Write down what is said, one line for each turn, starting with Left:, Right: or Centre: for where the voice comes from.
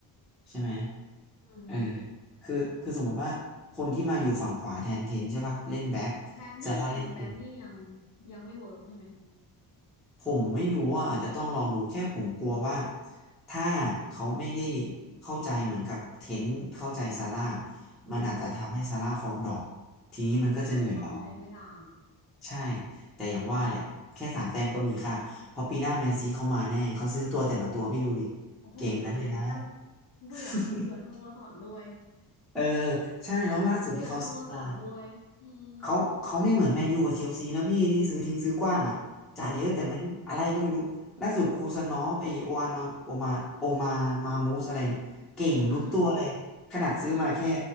Centre: ใช่ไหม
Left: อืม
Centre: เออคือคือสมมติว่าคนที่มาอยู่ฝั่งขวาแทนเทนใช่ป่ะเล่นแบ็ค
Left: แบดดี้ยังแบดดี้ยัง
Centre: ซาร่าเล่นปีก
Left: ยังไม่เวิร์กใช่ไหม
Centre: ผมไม่รู้ว่าอาจจะต้องลองดูแค่ผมกลัวว่าถ้าเขาไม่ได้เข้าใจเหมือนกับเทนเข้าใจซาร่ามันอาจจะทำให้ซาร่าฟอร์มดรอป
Left: อืม
Centre: ทีนี้มันก็จะเหนื่อยเรา
Left: มันน่าจะต้องใช้เวลา
Centre: ใช่แต่อย่างว่าแหละแค่สามแต้มก็มีค่าเพราะปีหน้าแมนซีเขามาแน่เขาซื้อตัวแต่ละตัวพี่ดูดิ
Left: โอ้โหยนั่น
Centre: เก่งนั้นเลยนะ
Left: เบื่อเบื่อสโมสรด้วย
Centre: <laughs> เออใช่แล้วล่าสุดที่เขาซื้อมา
Left: เบื่อสโมสรด้วยอืม
Centre: เขาเขาไม่เหมือนแมนยูกับเชลซีนะพี่ที่ซื้อทิ้งซื้อกว้างอ่ะจ่ายเยอะแต่ไม่อะไรก็ไม่รู้ล่าสุดคูซานอฟไอโออันมาโอมาโอมามามูสอะไรเนี่ยเก่งทุกตัวเลยขนาดซื้อมาแค่
Left: <laughs> เออเออ